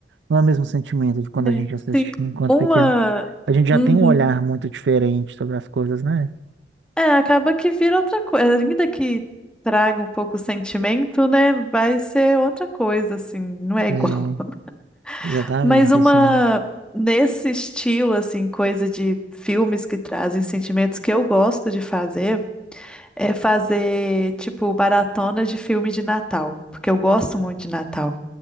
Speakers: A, on the right (about 75°); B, in the centre.
A: Não é o mesmo sentimento de quando
B: né?
A: a gente assistia
B: Tem
A: enquanto
B: uma.
A: pequeno. A gente já
B: Uhum.
A: tem um olhar muito diferente sobre as coisas, né?
B: É, acaba que vira outra coisa. Ainda que traga um pouco o sentimento, né? Vai ser outra coisa, assim, não é igual.
A: É, Exatamente,
B: <laughs> Mas uma.
A: assim.
B: Nesse estilo, assim, coisa de filmes que trazem sentimentos que eu gosto de fazer, é fazer, tipo, maratona de filme de Natal, porque eu gosto muito de Natal.